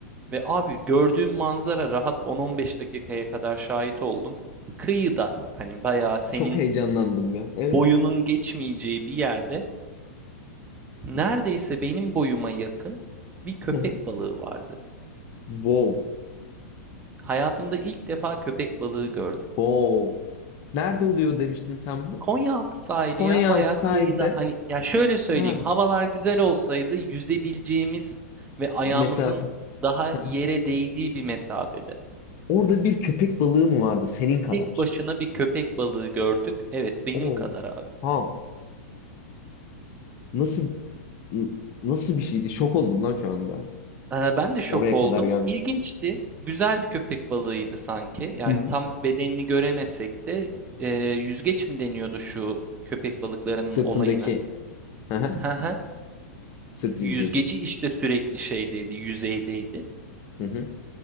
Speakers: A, on the right; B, on the left.
A: Ve abi gördüğüm manzara rahat 10-15 dakikaya kadar şahit oldum. Kıyıda hani bayağı senin
B: Çok heyecanlandım ya. Evet.
A: boyunun geçmeyeceği bir yerde neredeyse benim boyuma yakın bir köpek
B: Hı hı.
A: balığı vardı.
B: Wow.
A: Hayatımda ilk defa köpek balığı gördüm.
B: Wow. Nerede oluyor demiştin sen bu?
A: Konyaaltı sahili
B: Konyaaltı
A: ya bayağı
B: sahilde.
A: kıyıda hani ya şöyle söyleyeyim
B: Ha.
A: havalar güzel olsaydı yüzebileceğimiz ve ayağımızın
B: Mesafe.
A: daha
B: Hı
A: yere
B: hı.
A: değdiği bir mesafede.
B: Orada bir köpek balığı mı vardı senin kadar?
A: Tek başına bir köpek balığı gördük. Evet benim
B: Oo.
A: kadar abi.
B: Ha. Nasıl n- nasıl bir şeydi? Şok oldum lan şu anda.
A: Ee, ben de şok
B: Oraya
A: oldum.
B: kadar geldim.
A: İlginçti. Güzel bir köpek balığıydı sanki. Yani
B: Hı hı.
A: tam bedenini göremesek de e, yüzgeç mi deniyordu şu köpek balıklarının
B: Sırtındaki.
A: olayına?
B: Hı hı.
A: Hı hı.
B: Sırt yüzgeci.
A: Yüzgeci işte sürekli şeydeydi, yüzeydeydi.
B: Hı hı.